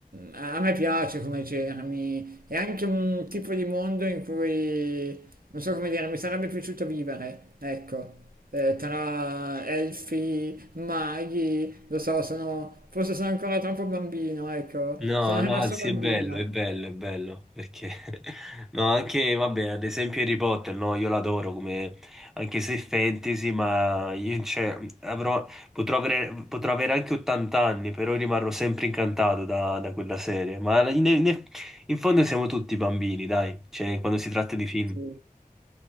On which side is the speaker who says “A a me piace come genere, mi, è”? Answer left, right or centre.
Right